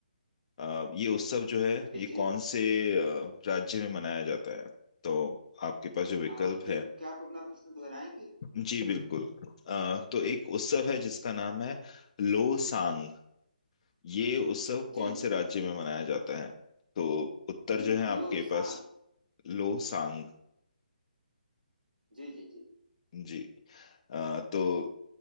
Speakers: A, on the left; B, on the right.
A: अ, ये उत्सव जो है
B: जी
A: ये
B: जी
A: कौन से अ, राज्य में मनाया जाता है तो आपके पास जो विकल्प
B: आ, क्या
A: है
B: क्या आप अपना प्रश्न दोहराएंगे
A: जी बिल्कुल अ, तो एक उत्सव है जिसका नाम है लोसांग ये उत्सव कौन
B: जी जी
A: से राज्य
B: जी
A: में मनाया जाता है तो उत्तर
B: ल-
A: जो है आपके
B: लोहसान
A: पास लोसांग
B: जी जी जी
A: जी अ, तो